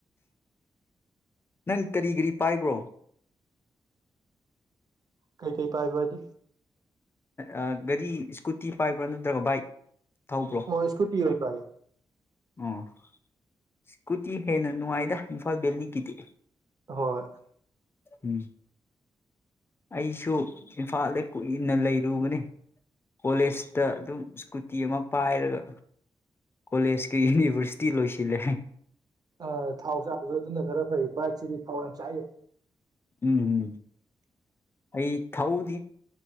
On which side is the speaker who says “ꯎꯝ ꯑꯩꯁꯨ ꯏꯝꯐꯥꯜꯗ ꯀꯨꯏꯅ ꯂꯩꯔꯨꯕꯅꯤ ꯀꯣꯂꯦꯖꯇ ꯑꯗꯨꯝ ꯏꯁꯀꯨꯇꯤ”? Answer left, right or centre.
Left